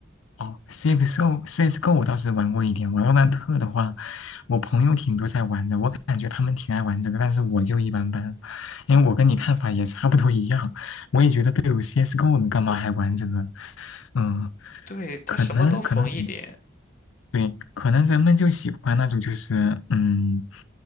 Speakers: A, on the left (about 85°); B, on the left (about 40°).
A: 哦，CS:GO，CS:GO 我倒是玩过一点，瓦罗兰特的话，我朋友挺多在玩的，我感觉他们挺爱玩这个，但是我就一般般，因为我跟你看法也差不多一样，我也觉得队友 CS:GO 了，干嘛还玩这个？嗯，
B: 对，它什么都缝一点。
A: 可能可能对，可能人们就喜欢那种，就是嗯，